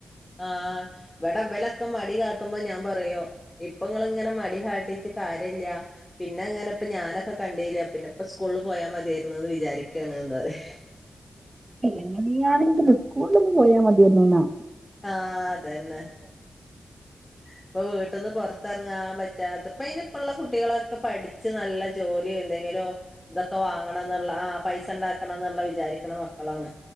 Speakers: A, on the left; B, on the right.
A: ആഹ് ഇവിടെ ഇവലൊക്കെ മടി കാട്ടുമ്പോ ഞാൻ പറയും ഇപ്പങ്ങള് ഇങ്ങനെ മടി കാട്ടിട്ട് കാര്യഇല്ല്യ പിന്നെ ഇങ്ങനെ ഇപ്പ ഞാനൊക്കെ കണ്ടില്ല പിന്നെ ഇപ്പ സ്കൂളിൽ പോയാ മതിയായിരുന്നുന്ന് വിചാരിക്കാണ്ന്ന് പറെ
B: എങ്ങനീ ആണെങ്കിലു സ്കുളിലോന്നു പോയാ മതിയലോന്നാ
A: ആഹ് അതന്നെ ഇപ്പൊ വീട്ന്ന്പുറ ത്തറങ്ങാ പറ്റാത്ത ഇപ്പ ഇനി ഇപ്പള്ള കുട്ടികളൊക്കെ പഠച്ച് നല്ല ജോലി എന്തെങ്കിലോ ഇതൊക്കെ വാങ്ങണം എന്നുള്ള ആ പൈസ ണ്ടാക്കണം എന്നുള്ള വിചാരിക്കണ മക്കളാണ്